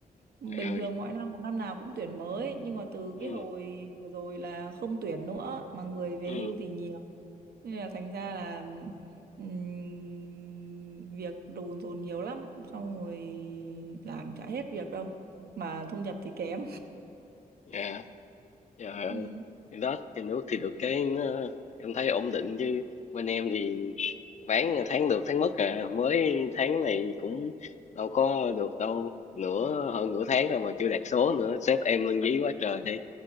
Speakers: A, on the right (about 85°); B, on the left (about 50°).
A: Bình
B: trời ơi,
A: thường mỗi năm là năm nào cũng tuyển mới nhưng mà từ
B: ừ
A: cái hồi vừa rồi là không tuyển nữa mà người về
B: ừm,
A: hưu thì nhiều. Nên là thành ra là ừm, việc đồn dồn nhiều lắm xong rồi làm chả hết việc đâu mà thu nhập thì kém.
B: dạ,
A: <laughs>
B: trời ơi.
A: Ừ.
B: Thì đó, thì nước thì được cái nó, em thấy ổn định chứ bên em thì bán tháng được tháng mất à, mới tháng này cũng đâu có được đâu, nửa hơn nửa tháng rồi mà chưa đạt số nữa, sếp em lên dí quá trời đi.